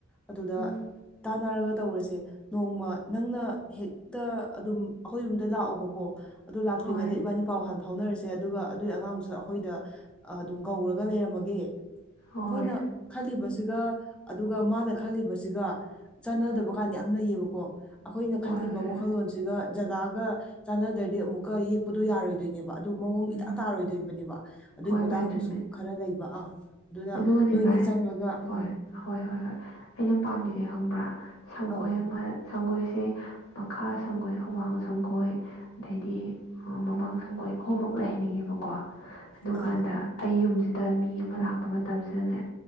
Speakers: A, in the centre; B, on the left.
A: ꯑꯗꯨꯗ
B: ꯎꯝ
A: ꯇꯥꯟꯅꯔꯒ ꯇꯧꯔꯁꯦ ꯅꯣꯡꯃ ꯅꯪꯅ ꯍꯦꯛꯇ ꯑꯗꯨꯝ ꯑꯩꯈꯣꯏ ꯌꯨꯝꯗ ꯂꯥꯛꯑꯣꯕꯀꯣ ꯑꯗꯨ ꯂꯥꯛꯇ꯭ꯔꯤꯉꯩꯗ
B: ꯍꯣꯏ
A: ꯏꯕꯥꯅꯤ ꯄꯥꯎ ꯍꯥꯟ ꯐꯥꯎꯅꯔꯁꯤ ꯁꯦ ꯑꯗꯨꯒ ꯑꯗꯨꯏ ꯑꯉꯥꯡꯗꯨꯁꯨ ꯑꯩꯈꯣꯏꯗ ꯑꯗꯨꯝ ꯀꯧꯔꯒ ꯂꯩꯔꯝꯃꯒꯦ
B: ꯍꯣꯏ
A: ꯑꯩꯈꯣꯏꯅ ꯈꯜꯂꯤꯕꯁꯤꯒ ꯑꯗꯨꯒ ꯃꯥꯅ ꯈꯜꯂꯤꯕꯁꯤꯒ
B: ꯍꯣꯏ
A: ꯆꯥꯟꯅꯗꯕ ꯀꯥꯟꯗ ꯌꯥꯝ ꯂꯩꯌꯦꯕꯀꯣ ꯑꯩꯈꯣꯏꯅ
B: ꯍꯣꯏ
A: ꯈꯜꯂꯤꯕ
B: ꯍꯣꯏ
A: ꯋꯥꯈꯜꯂꯣꯟꯁꯤꯒ
B: ꯍꯣꯏ
A: ꯖꯒꯥꯒ ꯆꯥꯟꯅꯗ꯭ꯔꯗꯤ ꯑꯃꯨꯛꯀ ꯌꯦꯛꯄꯗꯣ ꯌꯥꯔꯣꯏꯗꯣꯏꯅꯦꯕ ꯑꯗꯨ ꯃꯑꯣꯡ
B: ꯎꯝ
A: ꯏꯇꯥ ꯇꯥꯔꯣꯏꯗꯣꯏꯕꯅꯦꯕ ꯑꯗꯨꯏ
B: ꯍꯣꯏ
A: ꯃꯇꯥꯡꯗꯨꯁꯨ
B: ꯚꯥꯏ ꯆꯨꯝꯃꯦ
A: ꯈꯔ ꯂꯩꯕ ꯑꯥ ꯑꯗꯨꯅ
B: ꯑꯗꯨꯒꯅꯦ
A: ꯅꯣꯏꯅꯤ
B: ꯚꯥꯏ
A: ꯆꯪꯂꯒ ꯎꯝ
B: ꯍꯣꯏ ꯍꯣꯏ ꯍꯣꯏ ꯍꯣꯏ ꯑꯩꯅ ꯄꯥꯝꯃꯤꯁꯦ ꯈꯪꯕ꯭ꯔꯥ ꯁꯪꯒꯣꯏ
A: ꯑꯧ
B: ꯑꯃ ꯁꯪꯒꯣꯏꯁ ꯁꯦ ꯃꯈꯥ ꯁꯪꯒꯣꯏ ꯑꯋꯥꯡ ꯁꯪꯒꯣꯏ ꯑꯗꯩꯗꯤ ꯃꯃꯥꯡ ꯁꯪꯒꯣꯏ ꯑꯍꯨꯝꯃꯛ ꯂꯩꯍꯟꯅꯤꯡꯉꯦꯕꯀꯣ ꯑꯗꯨꯀꯥꯟꯗ
A: ꯑꯥ
B: ꯑꯩ ꯌꯨꯝꯁꯤꯗ ꯃꯤ ꯑꯃ ꯂꯥꯛꯄ ꯃꯇꯝꯁꯤꯗꯅꯦ